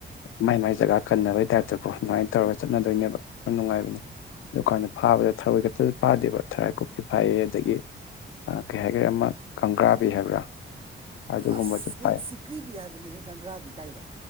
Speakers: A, on the left; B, on the right.
A: ꯃꯥꯏ ꯃꯥꯏ ꯖꯒꯥ ꯀꯟꯅꯕꯩ ꯇꯥꯏꯞꯇ ꯀꯣ ꯑꯗꯨꯃꯥꯏꯅ ꯇꯧꯔꯒ ꯆꯠꯅꯗꯣꯏꯅꯦꯕ ꯌꯥꯝ ꯅꯨꯡꯉꯥꯏꯕꯅꯦ꯫ ꯗꯨꯀꯥꯟꯗ ꯐꯥꯕꯗ ꯊꯔꯣꯏ ꯈꯛꯇꯁꯨ ꯐꯥꯗꯦꯕ ꯊꯔꯣꯏ ꯀꯨꯞꯄꯤ ꯐꯥꯏꯌꯦ ꯑꯗꯒꯤ꯫ ꯀꯩ ꯍꯥꯏꯈꯔꯦ ꯑꯃ ꯀꯪꯒ꯭ꯔꯥꯕꯤ ꯍꯥꯏꯕ꯭ꯔꯥ ꯑꯗꯨꯒꯨꯝꯕꯁꯨ
B: ꯑꯁ
A: ꯐꯥꯏ
B: ꯁꯤꯀ꯭ꯔꯤꯕꯤ ꯍꯥꯏꯕꯅꯤꯍꯦ ꯒꯪꯒ꯭ꯔꯥꯗꯤ ꯀꯥꯏꯗ